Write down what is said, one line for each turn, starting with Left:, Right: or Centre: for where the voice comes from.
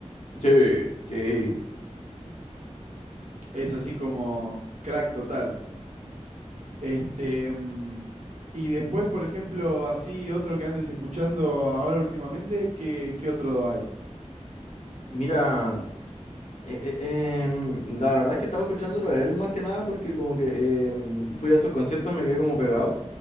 Left: Sí, sí.
Right: Es así como crack total. Este, mm, y después, por ejemplo, así otro que andes escuchando ahora últimamente, ¿qué, qué otro hay?
Left: Mira, eh, eh, em, la verdad es que estaba escuchándolo a él más que nada porque como que em, fui a sus conciertos, me quedé como pegado.